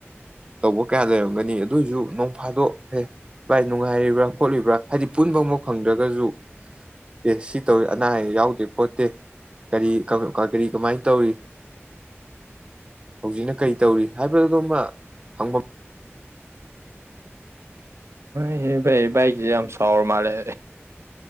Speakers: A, on the right; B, on the right.
A: ꯇꯧꯕ ꯀꯌꯥ ꯂꯩꯔꯝꯒꯅꯤ ꯑꯗꯨꯏꯁꯨ ꯅꯣꯡꯐꯥꯗꯣꯛꯍꯦ ꯚꯥꯏ ꯅꯨꯡꯉꯥꯏꯔꯤꯕ꯭ꯔꯥ ꯈꯣꯠꯂꯤꯕ꯭ꯔꯥ ꯍꯥꯏꯗꯤ ꯄꯨꯟꯕ ꯑꯃꯥꯎ ꯐꯪꯗ꯭ꯔꯒꯁꯨ ꯑꯦ ꯁꯤ ꯇꯧꯋꯤ ꯑꯅꯥ ꯑꯌꯦꯛ ꯌꯥꯎꯗꯦ ꯈꯣꯠꯇꯦ ꯔꯤ ꯀꯔꯤ ꯀꯃꯥꯏ ꯇꯧꯔꯤ ꯍꯧꯖꯤꯛꯅ ꯀꯔꯤ ꯇꯧꯔꯤ ꯍꯥꯏꯕꯗꯨꯃ ꯍꯪꯐꯝ
B: ꯑꯦ ꯥꯏ ꯏꯛ ꯌꯥꯝꯝ ꯆꯥꯎꯥꯎꯔ ꯃꯥꯔꯦ